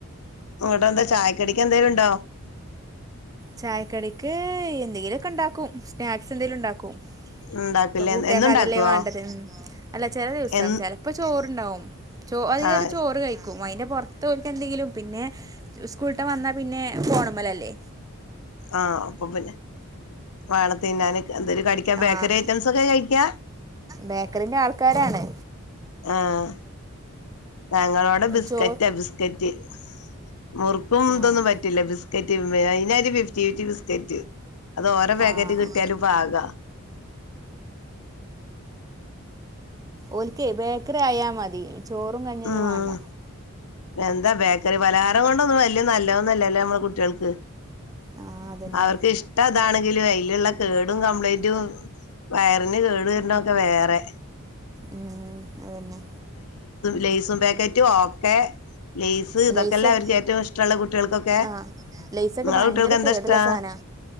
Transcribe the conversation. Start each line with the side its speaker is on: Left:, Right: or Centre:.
Left: ഇങ്ങോട്ട എന്താ ചായക്കടക്ക് എന്തേലും ഉണ്ടോ
Right: ചായക്കടിക്ക് എന്തെങ്കിലുമൊക്കെ ഇണ്ടാക്കും സ്നാക്സ് എന്തെങ്കിലും ഉണ്ടാക്കും
Left: ഉണ്ടാക്കില്ലേ
Right: ഇപ്പൊ കൂട്ടിയക്കെ
Left: എന്നും ഉണ്ടാക്കുവോ
Right: അതല്ലേ വേണ്ടത് ഉ അല്ല ചില ദിവസം
Left: എ
Right: ചെപ്പോ ചോറണ്ടാവും ചോ അധികം
Left: ആഹ്
Right: ഒരു ചോറ് കഴിക്കും. അതിന്റെ പുറത്ത പോക്ക് എന്തെങ്കിലും പിന്നെ സ്കൂളിട്ട വന്നാൽ പിന്നെ ഫോൺമ്മേലല്ലേ.
Left: ആഹ് അപ്പൊ പിന്നെ വാഴത്തി ന്നൻ എന്തായും കടിക്കാൻ
Right: ആഹ്
Left: ബേക്കറി ഐറ്റംസ്. ഒക്കെ കഴിക്കാ
Right: ബേക്കറിന്റെ ആൾക്കാരാണ്.
Left: ആഹ് ഞങ്ങളോട ബിസ്കറ്റാ
Right: ചോ
Left: ബിസ്കറ്റ്. മുറുക്കും
Right: ആഹ്
Left: ഇതൊന്നും പറ്റില്ല. ബിസ്ക്കറ്റ് ഇതിനര് ഫിഫ്റ്റി ഫിഫ്റ്റി ബിസ്കറ്റ്. അത്ഓരോ പേക്കറ്റ്
Right: ആഹ്
Left: കിട്ടിയാലും പാക.
Right: ഒൽക്കെയ് ബേക്കറി ആയാ മതി. ചോറും കഞ്ഞൊന്നും
Left: ഉം
Right: വേണ്ട.
Left: എന്താ ബേക്കറി പലഹാരം കൊണ്ടൊന്നും വല്ല്യ നല്ലതോന്നല്ലല്ലോ നമ്മെള കുട്ടേൾക്ക്.
Right: ആഹ് അതന്നെ
Left: അവർക്ക് ഇഷ്ട <inaudible> എന്താണെങ്കിലും അതില് <inaudible> കേടും കംപ്ലീന്റ വയറിന് കേട് വരുന്ന ഒക്കെ വേറെ.
Right: ഉം അതന്നെ.
Left: ലൈസും പാക്കറ്റും ഓക്കെ ലെയിസ്
Right: ലൈസ്
Left: തൊക്കല്ലെ അവർക്ക് ഏറ്റവും ഇഷ്ടോള്ള കുട്ടികൾക്കൊക്കെ
Right: ആഹ് ലൈസൊക്കെ
Left: നിങ്ങളെ
Right: ഭയങ്കര
Left: കുട്ടികൾക്ക് എന്താ
Right: കേടുള്ള
Left: ഇഷ്ടം?
Right: സാധനാ